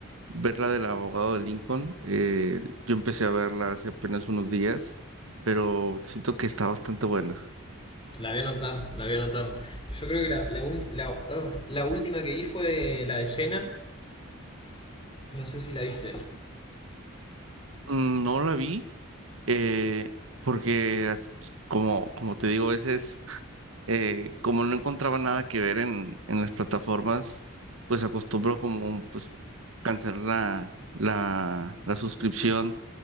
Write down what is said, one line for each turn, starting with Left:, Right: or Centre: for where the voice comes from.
Right: ver la del abogado de Lincoln. Eh, yo empecé a verla hace apenas unos días, pero siento que está bastante buena.
Left: La voy a anotar, la voy a anotar. Yo creo que la, la, un- la- ah, la última que vi fue la de Cena. No sé si la viste.
Right: Mm, No la vi eh, porque as- como, como te digo, ese es eh, como no encontraba nada que ver en, en las plataformas, pues acostumbro como pues cancelar la, la, la suscripción,